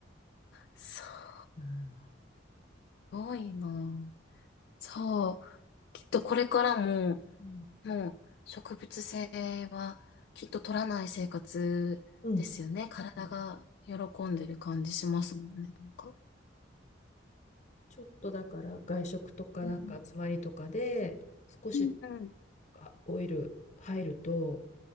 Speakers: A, on the left; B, on the left.
A: す
B: うん。
A: ごいな。じゃあ、きっとこれからも、
B: うん。
A: もう植物性はきっと取らない生活ですよね。
B: うん。
A: 体が喜んでる感じしますもんね、
B: うん
A: なんか。
B: ちょっとだから外食とかなんか集まりとかで少し
A: うんうん
B: あオイル入ると、